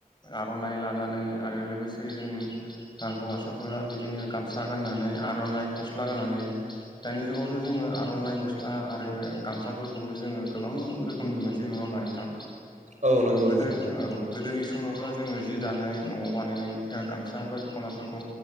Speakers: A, on the left; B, on the right.
A: आर'नाइ लानानै आरो लोगोसे जों हौवासाफोरा बिदिनो गामसा गाननानै आर'नाइ गस्ला गाननानै दानि जुगाव थ' जोङो आर'नाइ गस्ला आरो गामसाफोरखौबो जोङो गोबां रोखोमनि मोनसै नङा होमबा नोंथां
B: औ नंगौ
A: गोदो
B: नोंथां नंगौ
A: औ गोदोनि समावब्ला जोङो जि दानाय न'आव बानायनाय गामसा बा दख'नाफोरखौ